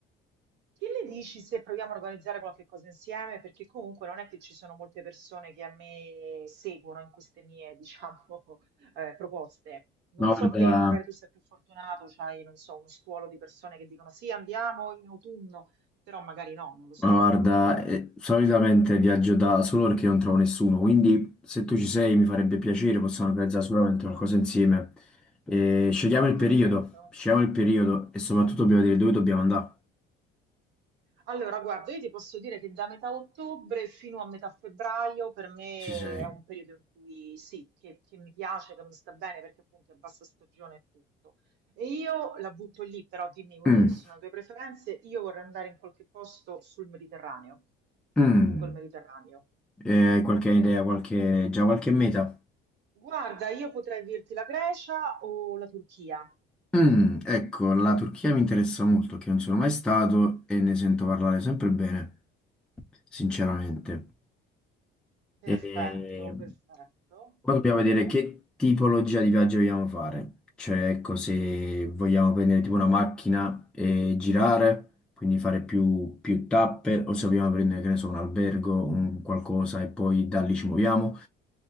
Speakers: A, on the right; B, in the centre.
A: che ne dici se proviamo a organizzare qualche cosa insieme? Perché comunque non è che ci sono molte persone che a me seguono in queste mie, diciamo, <laughs> eh, proposte. Non
B: Ma
A: so
B: guarda,
A: te, magari tu sei più fortunato, c'hai, non so, uno stuolo di persone che dicono sì, andiamo in autunno, però magari no, non lo so.
B: ma guarda, eh, solitamente viaggio da solo perché non trovo nessuno, quindi se tu ci sei mi farebbe piacere, possiamo organizzare sicuramente qualcosa insieme. E scegliamo
A: Ah,
B: il periodo,
A: perfetto.
B: scegliamo il periodo e soprattutto dobbiamo dire dove dobbiamo andare.
A: Allora, guarda, io ti posso dire che da metà ottobre fino a metà febbraio per me
B: Ci sei.
A: è un periodo in cui sì, che, che mi piace, che mi sta bene perché appunto è bassa stagione e tutto. E io la butto lì, però dimmi quelle
B: Mm,
A: che sono le tue preferenze. Io vorrei andare in qualche posto sul Mediterraneo,
B: mm.
A: lungo il Mediterraneo.
B: Eh, Hai qualche idea, qualche, già qualche meta?
A: Guarda, io potrei dirti la Grecia o la Turchia.
B: Mm, ecco, la Turchia mi interessa molto, che non sono mai stato e ne sento parlare sempre bene, sinceramente.
A: Perfetto,
B: E
A: perfetto.
B: Poi dobbiamo
A: Mhm.
B: vedere che tipologia di viaggio vogliamo fare. Cioè, ecco, se vogliamo prendere tipo una macchina e girare, quindi fare più, più tappe, o se vogliamo prendere, che ne so, un albergo, un qualcosa e poi da lì ci muoviamo.